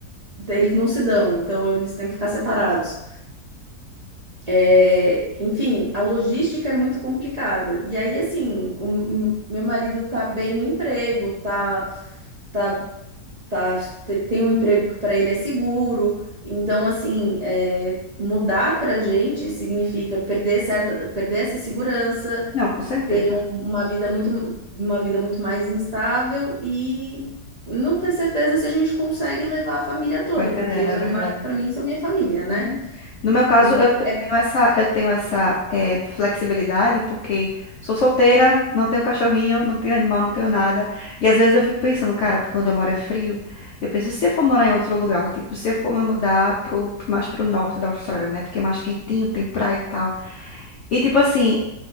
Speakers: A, on the right; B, on the left.
A: Eles não se dão, então eles têm que ficar separados. É, enfim, a logística é muito complicada. E aí, assim, o, o meu marido tá bem no emprego, tá, tá, tá, te- tem um emprego que para ele é seguro. Então, assim, é, mudar pra gente significa perder certa, perder essa segurança,
B: Não, com certeza.
A: uma vida muito, uma vida muito mais instável e não ter certeza se a gente consegue levar a família toda,
B: Tô entendendo,
A: porque os
B: é
A: animais,
B: verdade.
A: para mim, são minha família, né?
B: Uhum. No meu caso,
A: Então,
B: eu, eu
A: é.
B: tenho essa, eu tenho essa eh, flexibilidade porque sou solteira, não tenho cachorrinho, não tenho animal, não tenho nada. E às vezes eu fico pensando, cara, porque onde eu moro é frio. Eu penso, se eu for morar em outro lugar, tipo, se eu for me mudar pro, pro- mais pro norte da Austrália, né? Porque é mais quentinho, tem praia e tal. E tipo assim,